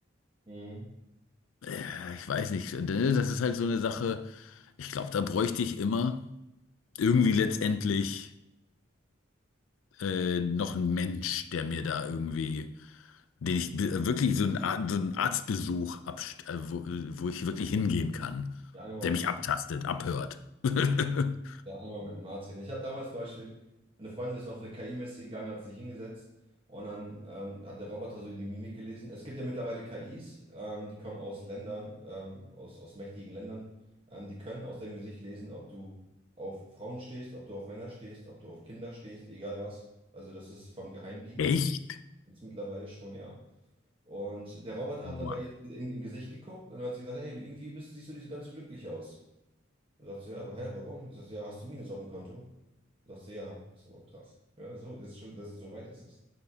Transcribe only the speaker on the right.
mhm.
ja, einfach mal
so
Ja, einmal mit einem Arzt reden. Ich hatte damals zum Beispiel, eine Freundin ist auf eine KI-Messe gegangen, hat sich hingesetzt und dann ähm, hat der Roboter so die Mimik gelesen. Es gibt ja mittlerweile KIs, ähm, die kommen aus Ländern, ähm, aus, aus mächtigen Ländern. Ähm, die können aus deinem Gesicht lesen, ob du auf Frauen stehst, ob du auf Männer stehst, ob du auf Kinder stehst, egal was. Also das ist vom Geheimdienst,
jetzt mittlerweile schon, ja. Und der Roboter hat
dann bei ihr in, in Gesicht geguckt und dann hat sie gesagt, hey, du irgendwie bist, siehst du nicht so ganz so glücklich aus. Dann sagt sie, ja, aber hä, warum? Ich sag, ja, hast du Minus auf dem Konto? Sagt sie, ja. Ich so aber krass. Ja, so, das ist schon, das, so weit ist es.